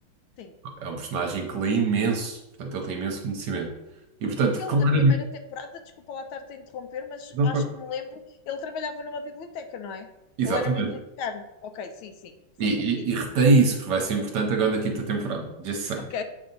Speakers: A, on the left; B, on the right.
A: sim.
B: É um personagem que lê imenso, portanto, ele tem imenso conhecimento. E, portanto,
A: Ele,
B: claro,
A: na primeira temporada, desculpa lá estar-te a interromper, mas
B: Não
A: acho
B: for.
A: que me lembro, ele trabalhava numa biblioteca, não é?
B: Exatamente.
A: Ele era bibliotecário. Ok, sim, sim, sim,
B: E,
A: diz.
B: e, e retém isso, porque vai ser importante agora na quinta temporada. Just saying.
A: Ok.